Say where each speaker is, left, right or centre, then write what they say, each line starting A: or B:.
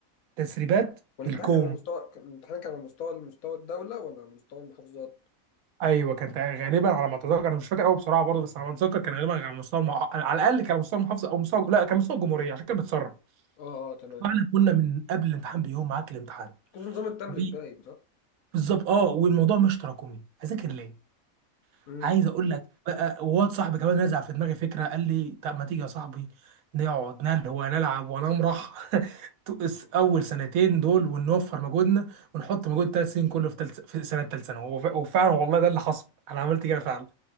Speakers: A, on the right; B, on the left.
A: تسريبات
B: والامتحان
A: بالكوم
B: كان على مستوى كان- الامتحان كان على مستوى مستوى الدوله ولا على مستوى المحافظات
A: ايوه كان تق- غالبا على ما اتذكر انا مش فاكر قوي بصراحه برضه بس على ما اتذكر كان غالبا على مستوى المح... على الاقل كان على مستوى المحافظه او مستوى لا كان مستوى الجمهوريه عشان كان بتسرب
B: اه اه تمام
A: فاحنا كنا من قبل الامتحان بيوم معاك الامتحان
B: كنت نظام التابلت
A: وبي-
B: باين صح
A: بالظبط اه والموضوع مش تراكمي اذاكر ليه
B: امم
A: عايز اقول لك بقى واد صاحبي كمان نزع في دماغي فكره قال لي طب ما تيجي يا صاحبي نقعد نل هو نلعب ونمرح <laughs> اول سنتين دول ونوفر مجهودنا ونحط مجهود ثلاث سنين كله في تلت في سنه ثالث ثانوي وف- وفعلا والله ده اللي حصل انا عملت كده فعلا